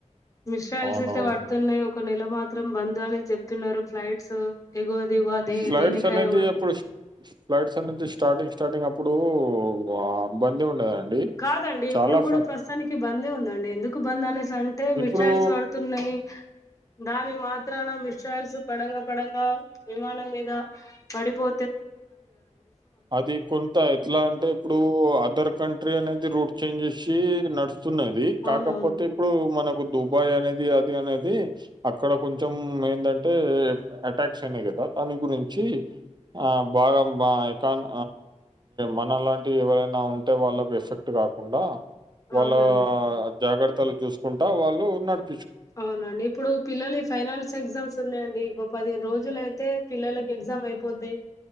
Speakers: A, on the left; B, on the right.
A: మిసైల్స్
B: అవునవును
A: అయితే పడుతున్నాయి ఒక నెల మాత్రం బంద్ అనే చెప్తున్నారు ఫ్లైట్స్ ఎగో అది ఇగో అది
B: ఫ్లైట్స్
A: దేనికైనా
B: అనేది
A: కూడా
B: అప్పుడు ఫ్లైట్స్ అన్నిది స్టార్టింగ్ స్టార్టింగ్ అప్పుడుఆ బందీ ఉండదండి
A: కదా అండి
B: చాలా
A: ఇప్పుడు కూడా
B: ఫ్ర-
A: ప్రస్తుతానికి బందే ఉందండి ఎందుకు బంద్ అనేసి అంటే
B: ఇప్పుడు
A: మిసైల్స్ పడుతున్నాయి నాయి దాన్ని మాత్రాన మి మిసైల్స్ పడంగా పడంగా విమానం మీద పడిపో
B: అది కొంత ఎట్లా అంటే ఇప్పుడు అదర్ కంట్రీ అనేది రూట్ చేంజ్ చేసి నడుస్తున్నది
A: అవునవును
B: కాకపోతే ఇప్పుడు మనకు దుబాయ్ అనేది అది అనేది అక్కడ కొంచెం ఏంటంటే అటాక్స్ అయినాయి కదా దాని గురించి ఆ బాగా మా ఎకాన్ మనలాంటి ఎవరైనా ఉంటే వాళ్ళకి ఎఫెక్ట్ కాకుండా వాళ్ళ
A: అవునండి
B: జాగ్రత్తలు చూసుకుంటా వాళ్ళు నడుపు
A: అవునండి ఇప్పుడు పిల్లలి ఫైనాల్స్ ఎగ్జామ్స్ ఉన్నాయండి పదిహేను రోజులు అయితే పిల్లలకి ఎగ్జామ్ అయిపోతాయి